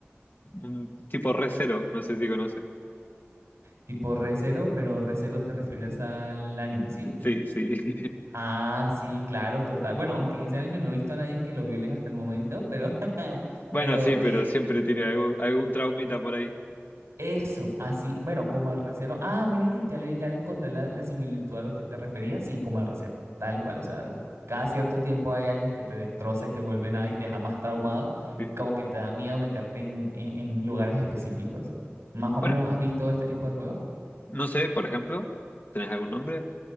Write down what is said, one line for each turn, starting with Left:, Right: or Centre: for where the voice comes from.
Left: Un Tipo re cero, no sé si conoces.
Right: tipo Recero, pero Recero te refieres al anime, ¿sí?
Left: Sí, sí. <laughs>
Right: Ah, sí, claro, total. Bueno, aunque en ese anime no he visto a nadie que lo violen hasta el momento, pero, <laughs>
Left: Bueno,
Right: pero
Left: sí, pero
Right: eh,
Left: siempre tiene algún, algún traumita por ahí.
Right: Eso, así, bueno, como el recero. Ah, mira que ya le, ya le encontré la, la similitud a lo que te refería, sí, como el recero, tal cual, o sea, cada cierto tiempo hay alguien que te destroza y te vuelve nada y te deja más traumado
Left: Sí,
Right: y como
Left: sí. sí.
Right: que te da miedo meterte en, en- en lugares específicos. ¿Más o
Left: Bueno,
Right: menos has visto este tipo de juego?
Left: No sé, por ejemplo, ¿tenés algún nombre?